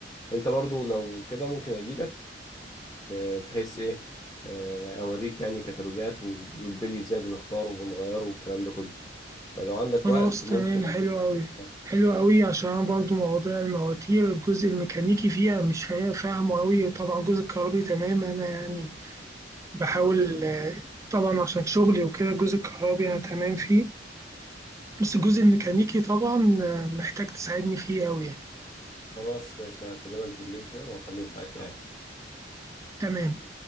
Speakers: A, on the left; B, on the right.
A: انت برضو لو كده ممكن اجيلك آه، بحيث ايه آه، اوريك يعني كتالوجات وال- والبلي ازاي بنختاره وبنغيره والكلام ده كله فلو عندك
B: خلاص
A: وقت ممكن
B: تمام حلو أوي
A: آه،
B: حلو أوي عشان أنا برضو مواضيع المواتير الجزء الميكانيكي فيها مش فا- فاهمه أوي طبعا الجزء الكهربي تمام أنا يعني بحاول آه، طبعا عشان شغلي وكده الجزء الكهربي أنا تمام فيه بس الجزء الميكانيكي طبعا آه، محتاج تساعدني فيه أوي يعني.
A: خلاص ماشي هكلمك بالليل كده واحدد معاك ميعاد
B: تمام